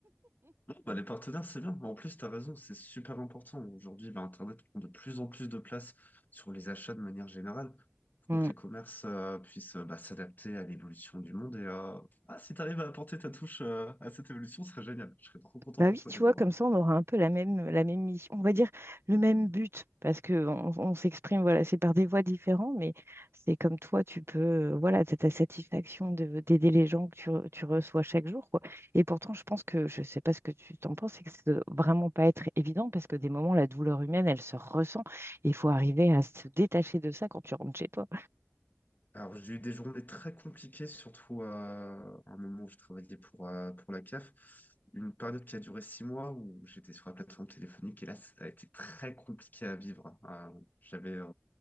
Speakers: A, on the left; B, on the right.
A: Bon, Bah, les partenaires, c'est bien. En plus, tu as raison, c'est super important. Aujourd'hui, bah, Internet prend de plus en plus de place sur les achats de manière générale. Il
B: <laughs>
A: faut que les commerces euh, puissent euh, bah, s'adapter à l'évolution du monde. Et euh, ah, si tu arrives à apporter ta touche euh, à cette évolution, ce serait génial. Je serais trop content
B: Bah
A: pour
B: oui,
A: toi,
B: tu
A: Déborah.
B: vois, comme ça, on aura un peu la même, la même mission, on va dire le même but, parce que on, on s'exprime, voilà, c'est par des voies différentes, mais c'est comme toi, tu peux, euh, voilà, t'as ta satisfaction de, d'aider les gens que tu, re- tu reçois chaque jour, quoi. Et pourtant, je pense que, je sais pas ce que tu t'en penses, c'est que ça doit vraiment pas être évident, parce que des moments, la douleur humaine, elle se ressent, et il faut arriver à se détacher de ça quand tu rentres chez toi.
A: Alors, j'ai eu des journées très compliquées, surtout euh, à un moment où je travaillais pour, euh, pour la CAF. Une période qui a duré six mois où j'étais sur la plateforme téléphonique et là, ça a été très compliqué à vivre. Euh, j'avais euh,